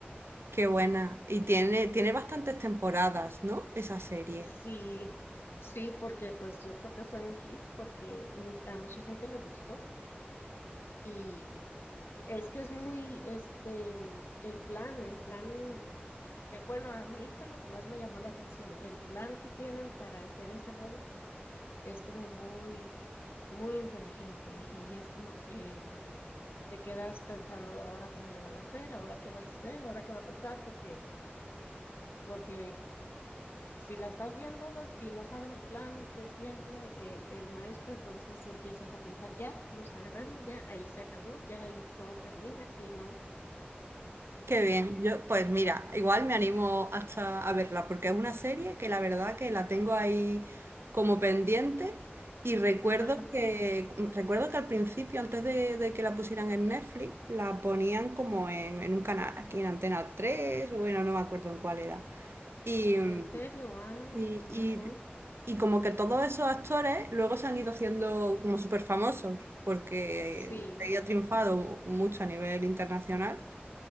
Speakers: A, on the right; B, on the left.
A: Qué buena. Y tiene, tiene bastantes temporadas, ¿no? Esa serie.
B: Sí, sí, porque pues yo creo que fue un hit porque mu- a mucha gente le gustó y es que es muy, este, el plan, el plan Eh, bueno, a mí fue lo que más me llamó la atención. El plan que tienen para hacer ese robo es como muy, muy inteligente y, y es como que te quedas pensando ahora cómo le van a hacer, ahora qué va a hacer, ahora qué va a pasar, porque, porque si la estás viendo y no sabes el plan que tiene el, el maestro, entonces empiezas a pensar, ya, los agarraron, ya, ahí se acabó, ya ahí todo termina y no.
A: Qué bien, yo pues mira, igual me animo hasta a verla porque es una serie que la verdad que la tengo ahí como pendiente y recuerdo
B: Ajá.
A: que recuerdo que al principio, antes de, de que la pusieran en Netflix, la ponían como en, en un canal, aquí en Antena 3 o bueno, no me acuerdo en cuál era. Y, mm,
B: ¿En serio? Ah,
A: y,
B: con razón.
A: y, y como que todos esos actores luego se han ido haciendo como súper famosos porque
B: Sí.
A: había triunfado mucho a nivel internacional